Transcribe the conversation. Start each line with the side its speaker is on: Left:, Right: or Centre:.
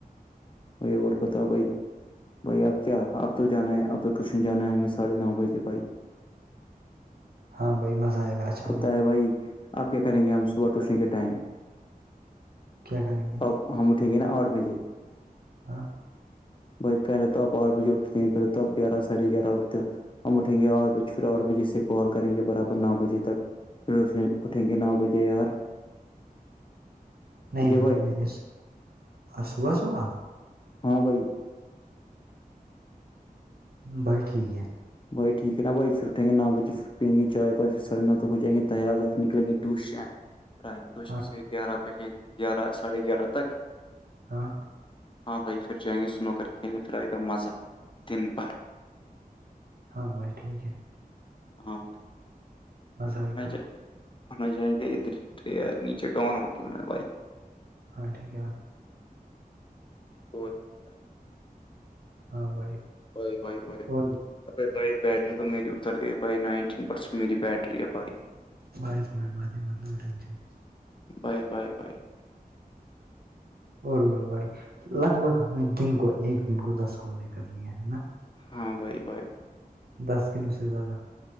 Left: بھائی اور بتا بھائی بھائی آپ کیا آپ تو جانا ہے اب تو ٹیوشن جانا ہے ہمیں ساھے نو بج کے بھائی
Right: ہاں بھائی مزہ آئے گا اچھا
Left: پتا
Right: ہوگیا
Left: ہے بھائی آپ کیا کریں گے ہم صبح ٹوشنے کے ٹائم
Right: کیا کریں گے
Left: آپ ہم اٹھیں گےا اور بجے
Right: ہاں
Left: بھائی پہلے تو آ اور بھیج اٹھتے ہیں پہلے تو آ گیارہ سڑھے گیارہ اٹھتے ہو ہم اٹھیں گے بج پھر آٹھ بجے سے کال کریں گے برابر نو بجے تک پھر اس نے اٹھیں گے نو بجے یار ٹھیک
Right: نہیں
Left: ہے
Right: بھائی میں نے صبح صبح
Left: ہاں بھائی
Right: بس ٹھیک ہے
Left: بھائی ٹھیک ہے بائی پھر اٹھیں گےام بچ پئیں گے چائےائے پھر سرنا تک ہو جائیں گے تیار نکلیںےٹوشین پھر آئیں گے ٹیوشن
Right: ہاں
Left: سے گیارہ بجے گیارہ ساڑھے گیارہ تک
Right: ہاں
Left: ہاں بھائی پھر جائیں گے سنو کر کھیلنے پھر آئے گا مزہ دن بھر
Right: ہاں بائی ٹھیک ہے
Left: ہاں بھائی
Right: مزہ آئے گا
Left: جائے ہو جائیں گے ادھر نیچے ڈون ہوٹل میں بھائی
Right: ہاں ٹھیک ہےا
Left: بہت مزہ آئے گا
Right: ہاں بھائی
Left: بھائی بھائی بھائی بائی
Right: اور
Left: اب بھائی بیٹری تو میری اتر گئی بھائی نائنٹین پرسینٹ میری بیٹری اب
Right: بھائی کوئی بات ہے مطلب ٹشن
Left: بھائے بائے بھ
Right: اور بولو بھائی لگ بھگ ہمیں دن کو ایک دن کو دس کو لے کر لیا ہے نا
Left: ہاں بھائی بھائے
Right: دس کلو سے زیادہ